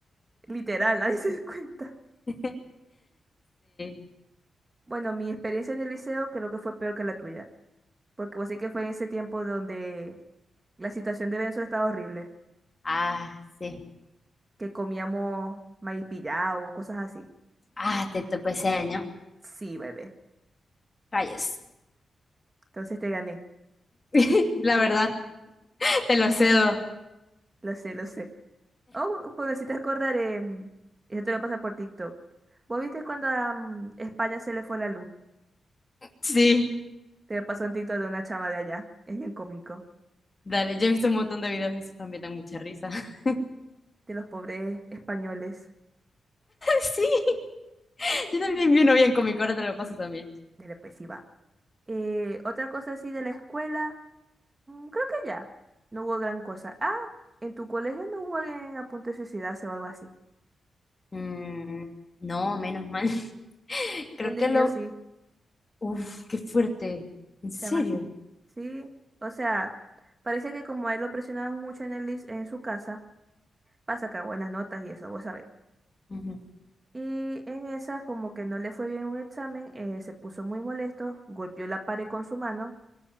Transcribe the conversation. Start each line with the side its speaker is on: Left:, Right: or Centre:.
Right: Literal, <laughs> nadie se dio cuenta.
Left: <laughs> Sí.
Right: Bueno, mi experiencia en el liceo creo que fue peor que la tuya, porque vos sí que fue en ese tiempo donde la situación de Venezuela estaba horrible,
Left: Ah, sí.
Right: que comíamos maíz pillado, cosas así.
Left: Ah, te tocó ese año.
Right: Sí, bebé.
Left: Rayes.
Right: Entonces te gané.
Left: <laughs>
Right: <laughs> Ujú.
Left: La verdad, te lo cedo.
Right: Lo sé, lo sé. Oh, bueno, si te acordar, em, eso te lo pasa por TikTok. ¿Vos viste cuando a mm, España se le fue la luz?
Left: Sí,
Right: Te pasó un TikTok de una chama de allá. Es bien cómico.
Left: dale, yo he visto un montón de videos de esos también, dan mucha risa. <laughs>
Right: De los pobres españoles.
Left: Sí, yo también vi uno bien cómico, ahora te lo paso también.
Right: Dale, pues sí va. Eh, otra cosa así de la escuela. Mm, Creo que ya. No hubo gran cosa. Ah, en tu colegio no hubo alguien a punto de suicidarse o algo así.
Left: Mm, no, menos mal. <laughs> Creo
Right: En
Left: que
Right: el mío
Left: lo...
Right: sí,
Left: Uf, qué fuerte. ¿En serio?
Right: chama, sí. Sí, o sea, parece que como a él lo presionaban mucho en el, lis- en su casa, para sacar buenas notas y eso, vos sabés.
Left: Ujú,
Right: Y en esa, como que no le fue bien un examen, eh, se puso muy molesto, golpeó la pared con su mano